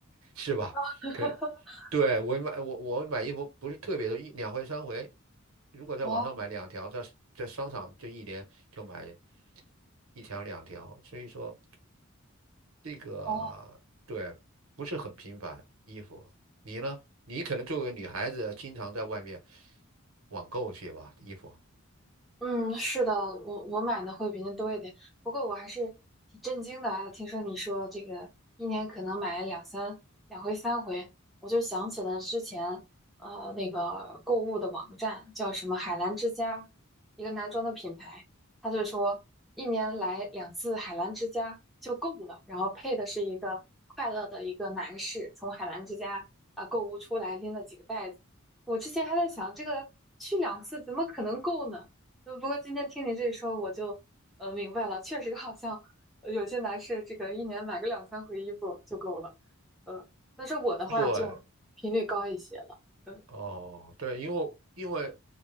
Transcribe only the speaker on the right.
是吧？
可对我买我我买衣服不是特别多，一两回、三回。如果在网上买两条，
在在商场就一年就买一条两条，所以说这个对不是很频繁。
衣服，你呢？你可能作为女孩子，经常在外面网购去吧，衣服。
对
哦，对，因为因为